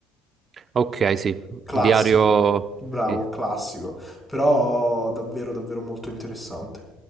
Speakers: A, on the right; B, in the centre.
A: Ok, sì,
B: Classico,
A: il diario,
B: bravo,
A: sì.
B: classico, però davvero davvero molto interessante.